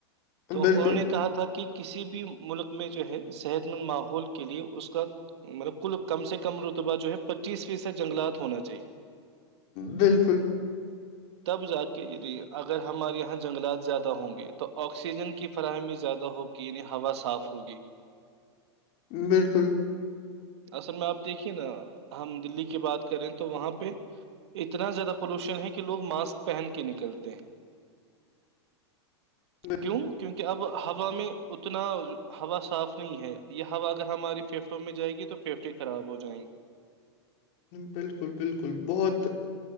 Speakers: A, on the right (about 70°); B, on the left (about 45°).
A: تو
B: بالکل
A: انہوں نے کہا تھا کہ کسی بھی ملک میں جو ہے صحت مند ماحول کے لیے اس کا مطلب کل کم سے کم رتبہ جو ہے پچیس فیصد جنگلات ہونا چاہیے
B: بالکل
A: تب جا کے اگر ہمارے یہاں جنگلات زیادہ ہوں گے تو آکسیجن کی فراہمی زیادہ ہوگی کی نہیں ہا صاف ہوگی
B: بالکل
A: اصل میں آپ دیکھیے نا ہم دلی کی بات کریں تو وہاں پہ اتنا زیادہ پولوشن ہے کہ لوگ ماسک پہن کے نکلتے ہیں
B: بال-
A: کیوں کیونکہ اب ہوا میں اتنا ہوا صاف نہیں ہے یہ ہوا اگر ہماری پھیفڑوں میں جائے گی تو فیفٹ خراب ہو جائیں گے
B: بالکل بالکل بہت